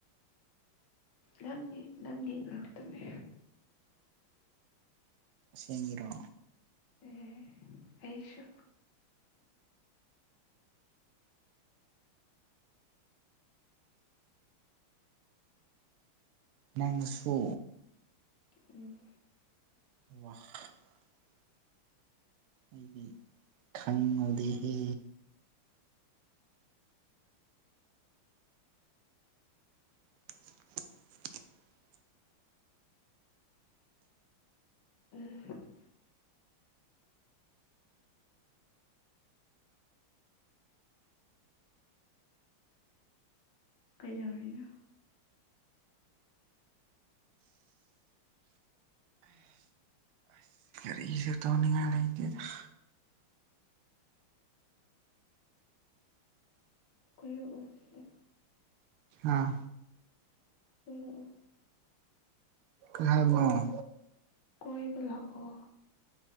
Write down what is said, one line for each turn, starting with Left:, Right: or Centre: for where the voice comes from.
Left: ꯅꯪꯒꯤ ꯅꯪꯒꯤ ꯉꯥꯛꯇꯅꯦ꯫
Right: ꯁꯦꯡꯕꯩꯔꯣ?
Left: ꯑꯦ ꯑꯩꯁꯨ
Right: ꯅꯪꯁꯨ
Left: ꯎꯝ
Right: <unintelligible> ꯑꯩꯒꯤ ꯈꯪꯉꯗꯦꯍꯦ <inaudible>
Left: ꯎꯝ꯫ ꯀꯩ ꯗꯧꯔꯤꯅꯣ?
Right: ꯀꯩꯁꯨ ꯇꯧꯅꯤ ꯉꯥꯏ ꯂꯩꯇꯦꯗꯥ ꯫
Left: ꯀꯣꯏꯔꯛ ꯑꯣ ꯁꯤꯗꯥ꯫
Right: ꯑꯥ꯫
Left: ꯀꯣꯏꯔꯛ ꯑꯣ꯫
Right: ꯀꯩ ꯍꯥꯏꯕꯅꯣ?
Left: ꯀꯣꯏꯕ ꯂꯥꯛꯑꯣ꯫